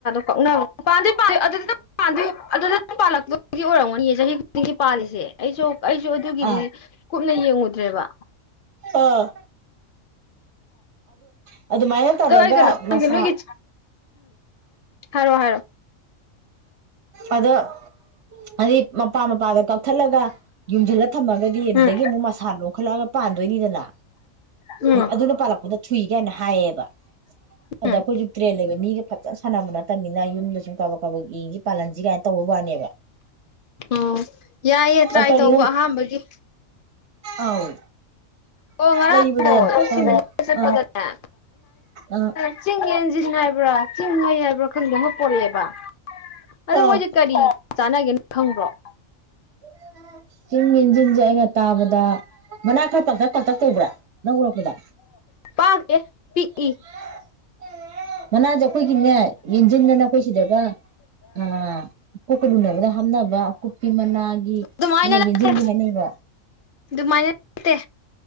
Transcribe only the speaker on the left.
ꯅ ꯄꯥꯟꯗ ꯄ ꯑꯗꯨꯗꯤ ꯄ ꯑꯗꯨ <unintelligible> ꯅ ꯄꯥꯜꯂꯛꯇꯗꯤ ꯑꯣꯏꯔꯝꯒꯅꯤꯌꯦ ꯆꯍꯤ ꯈꯨꯗꯤꯡꯒꯤ ꯄꯥꯜꯂꯤꯁꯦ ꯑꯩꯁꯨ ꯑꯩꯁꯨ ꯑꯗꯨꯒꯤꯗꯤ
ꯀꯨꯞꯅ ꯌꯦꯡꯉꯨꯗ꯭ꯔꯦꯕ
ꯗ ꯑꯩ
ꯅꯣꯏꯒꯤ ꯍꯥꯏꯔꯣ ꯍꯥꯏꯔꯣ
ꯎꯝ
ꯎꯝ
ꯎꯝ
ꯑꯣ ꯌꯥꯏꯌꯦ ꯇ꯭ꯔꯥꯏ
ꯇꯧꯕ ꯑꯍꯥꯝꯕꯒꯤ
ꯑꯣ ꯉꯔꯥꯡꯗꯣꯄꯗꯅꯦ
<unintelligible> ꯆꯤꯡ ꯌꯦꯟꯁꯤꯟ ꯍꯥꯏꯕ꯭ꯔꯥ ꯆꯤꯡ ꯍꯩ ꯍꯥꯏꯕ꯭ꯔꯥ ꯆꯤꯡ ꯈꯪꯗꯦ ꯑꯃ ꯄꯣꯔꯛꯑꯦꯕ ꯑꯗꯣ
ꯃꯣꯏꯁꯦ ꯀꯔꯤ ꯆꯥꯟꯅꯒꯦꯅꯣ ꯈꯪꯕ <inaudible>
ꯄꯥꯛꯇꯦ ꯄꯤꯛꯏ
ꯑꯗꯨꯃꯥꯏꯅ
ꯅꯠꯇꯦ
ꯑꯗꯨꯃꯥꯏꯅ ꯅꯠꯇꯦ